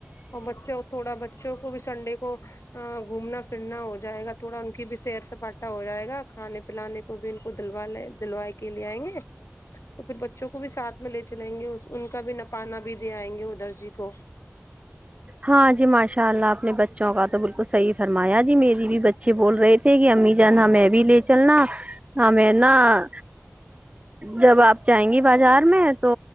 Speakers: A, on the left; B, on the right.
A: اور بچوں تھوڑا بچوں کو بھی سنڈے کو گھومنا پھرنا ہو جائے گا تھوڑا ان کی بھی سیر سپاٹا ہو جائے گا کھانے پانے کو بھی ان کو دلوا لے دلو کے کے لے آئیں گے تو پھر بچوں کو بھی سھ میں لے چلائیں گے ان کا بھی نپانا بھی دے آئیں گے ادھر جی کو
B: ہاں جی ماشاء اللہ آپ نے بچوں کا تو بالکل صحیح فرمایا جی میری بھی بچے بول رہے تھ گی امی جان ہمیں بھی لے چلنا ہمیں نہا جب آپ جائیں گی بازار میں تو